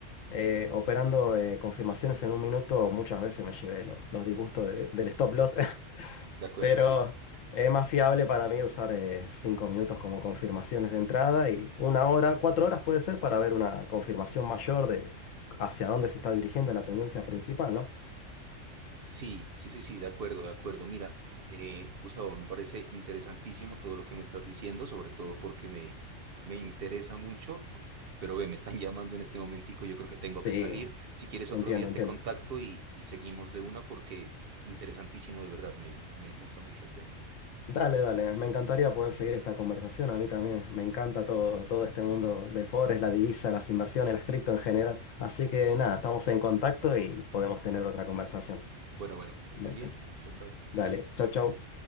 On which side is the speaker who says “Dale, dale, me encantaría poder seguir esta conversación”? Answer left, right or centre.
Left